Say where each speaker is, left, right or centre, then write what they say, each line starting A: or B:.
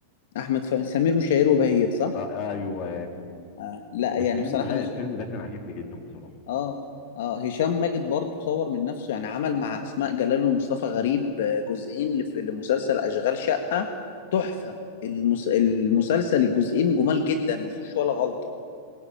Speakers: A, on the left; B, on the left.
A: احمد فهمي سمير وشهير وبهير صح
B: آه ايوه
A: آه. لا
B: الفيلم
A: يعني بصراحه
B: ده
A: انا
B: الفيلم
A: ش...
B: ده كان عاجبني جدا بصراحه
A: اه اه هشام ماجد برضه طور من نفسه يعني عمل مع اسماء جلال ومصطفى غريب آه، جزئين لف- لمسلسل اشغال شقه تحفه المس... المسلسل الجزئين جمال جدا ما فيهوش ولا غلطه